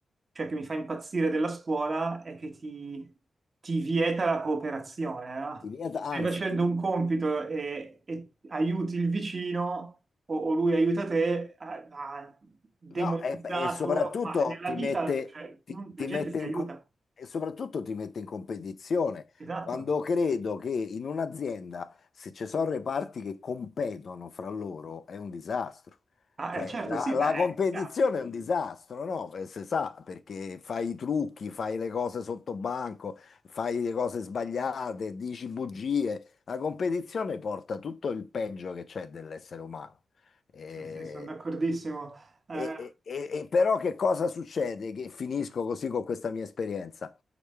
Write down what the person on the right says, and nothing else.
cioè che mi fa impazzire della scuola è che ti, ti vieta la cooperazione, no?
Stai
facendo
un compito e, e aiuti il vicino o, o lui aiuta te, ha, ha demonizzato,
ma nella
vita,
cioè,
non-
la gente
si
aiuta.
Esatto.
Ah,
eh, certo,
sì,
beh, è
chiaro.
Sì, sì, sono d'accordissimo. Eh,